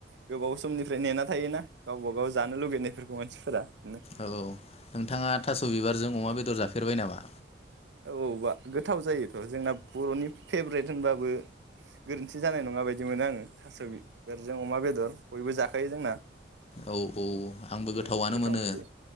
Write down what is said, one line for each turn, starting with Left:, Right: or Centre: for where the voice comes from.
Right: गोबाव सम समनिफ्राय नेना थायोना गावबा गाव जानो लुगैनायफोरखौ मानसिफोरा बिदिनो
Left: औ औ नोंथाङा थास' बिबारजों अमा बेदर जाफेरबाय नामा?
Right: औबा गोथाव जायोथ' जोंना बर'नि फेभरेट होनोनबाबो गोरोन्थि जानाय नङा बायदि मोनो आङो थास' बिबारजों अमा बेदर बयबो जाखायो जोंना।
Left: औ औ आंबो
Right: ओम
Left: गोथावनो
Right: गोथाव
Left: मोनो
Right: मोनजायो